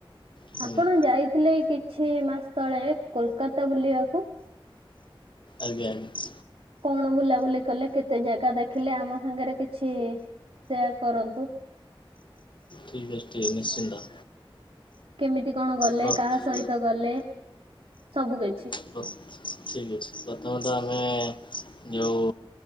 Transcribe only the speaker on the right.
ଆପଣ ଯାଇଥିଲେ କିଛି ମାସ ତଳେ କୋଲକାତା ବୁଲିବାକୁ?
କଣ ବୁଲାବୁଲି କଲେ କେତେ ଜାଗା ଦେଖିଲେ ଆମ ସାଙ୍ଗରେ କିଛି ସେୟାର କରନ୍ତୁ।
କେମିତି କଣ ଗଲେ
କାହା ସହିତ ଗଲେ ସବୁ କିଛି।